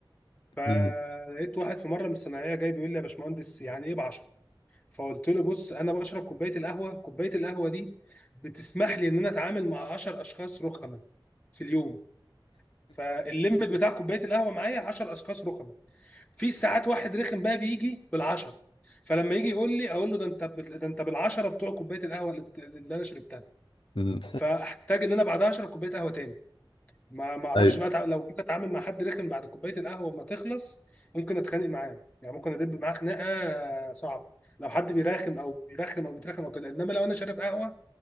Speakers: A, on the left (about 15°); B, on the left (about 75°).
A: فلقيت
B: م-
A: واحد في مره من الصنايعيه جاي بيقول لي يا باشمهندس يعني ايه بعشره فقلت له بص انا بشرب كوبايه القهوه كوبايه القهوه دي بتسمح لي ان انا اتعامل مع 10 اشخاص رخمه في اليوم فالليمت بتاع كوبايه القهوه معايا 10 اشخاص رخمه في ساعات واحد رخم بقى بيجي بالعشرة فلما يجي يقول لي اقول له ده انت بال- ده انت بالعشرة بتوع كوبايه القهوه اللي بت- اللي انا شربتها
B: م.
A: فاحتاج ان انا بعدها اشرب كوبايه قهوه تاني ما ما اعرفش
B: <laughs> أيوه
A: بقى أتع- لو جيت اتعامل مع حد رخم بعد كوبايه القهوه ما تخلص ممكن اتخانق معاه يعني ممكن ادب معاه خناقه صعبه لو حد بيراخم او بيرخم او بيترخم او كده انما لو انا شارب قهوه